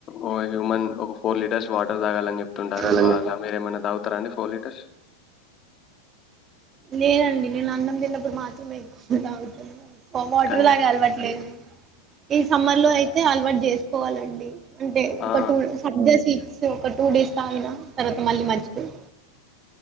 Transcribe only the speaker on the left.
ఓ హ్యూమన్ ఒక ఫోర్ లీటర్స్ వాటర్ తాగాలని చెప్తుంటారు
అలా మీరేమైనా తాగు రండి ఫోర్ లీటర్స్
కానీ
ఆ!